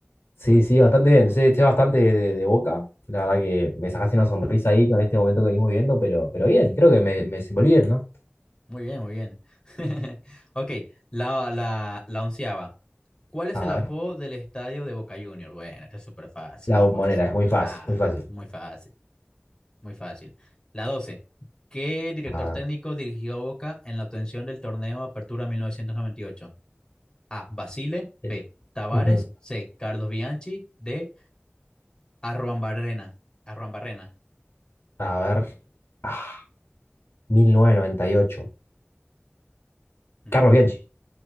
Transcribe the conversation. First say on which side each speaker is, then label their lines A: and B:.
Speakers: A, on the left; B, on the left.
A: Sí, sí, bastante bien. Sé, sé bastante de, de Boca. La verdad que me sacaste una sonrisa ahí con este momento que venimos viendo, pero, pero bien, creo que me, me desenvolví bien, ¿no?
B: Muy bien, muy bien. <laughs> Ok, la, la, la onceava. ¿Cuál es
A: A
B: el apodo
A: ver,
B: del estadio de Boca Juniors? Bueno, esta es súper fácil,
A: la
B: no
A: bombonera,
B: puede ser.
A: es muy fácil,
B: Ah,
A: muy fácil.
B: muy fácil, muy fácil. La doce. ¿Qué director
A: A ver.
B: técnico dirigió a Boca en la obtención del torneo Apertura 1998? A. Basile. B.
A: el-
B: Tavares.
A: Ujú.
B: C. Carlos Bianchi. D. Arruabarrena. Arruabarrena.
A: A ver. Ah, mil novecientos noventa y ocho
B: Ujú.
A: Carlos Bianchi.